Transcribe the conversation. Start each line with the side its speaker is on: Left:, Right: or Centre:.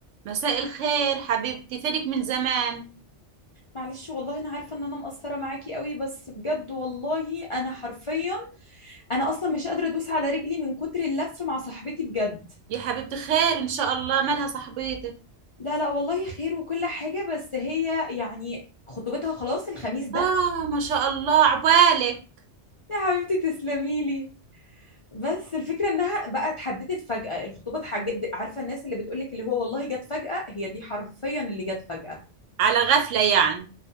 Right: مساء الخير حبيبتي فينك من زمان
Left: معلش والله انا عارفه ان انا مقصره معاكي قوي بس بجد والله انا حرفيا انا اصلا مش قادره ادوس على رجلي من كتر اللف مع صاحبتي بجد
Right: يا حبيبتي خير ان شاء الله مالها صاحبتك
Left: لا لا والله خير وكل حاجه بس هي يعني خطوبتها خلاص الخميس ده
Right: اه ما شاء الله عبالك
Left: يا حبيبتي تسلمي لي بس الفكره انها بقى اتحددت فجاه الخطوبه اتحج- عارفه الناس اللي بتقولك اللي هو والله جت فجاه هي دي حرفيا اللي جت فجاه
Right: على غفلة يعني